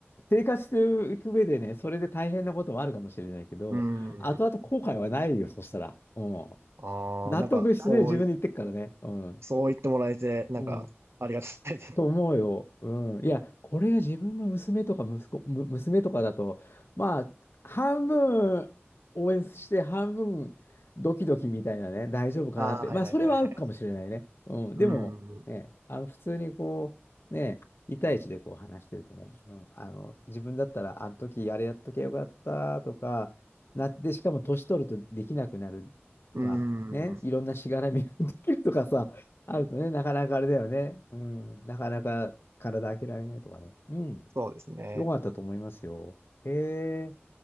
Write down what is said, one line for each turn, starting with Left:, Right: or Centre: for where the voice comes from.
Left: 生活していく上でね、それで大変なこともあるかもしれないけど、
Right: うーん。
Left: 後々後悔はないよ、そしたら。うん。
Right: あー、
Left: 納得してね、
Right: なんか、そうい、
Left: 自分で言ってくからね。うん。
Right: そう言ってもらえて、なんか、
Left: うん。
Right: ありがたいです。<laughs>
Left: と思うよ。うん。いや、これが自分の娘とか息子、む、娘とかだと、まあ、半分応援して、半分ドキドキみたいなね、大丈夫かなって。
Right: ああはい、
Left: まあ、
Right: はい、
Left: それはあるかもしれないね。
Right: はい、はい。
Left: うん。
Right: うん。
Left: でも、ね、あの、普通にこう、ね、一対いちでこう話してるとね、うん、あの、自分だったら、あの時あれやっときゃよかったとか、なって、しかも年取るとできなくなるとか、
Right: うん。
Left: ね、いろんなしがらみができるとかさ、あるとね、なかなかあれだよね。うん。なかなか体開けられないとかね。うん。
Right: そうですね。
Left: よかったと思いますよ。へえ、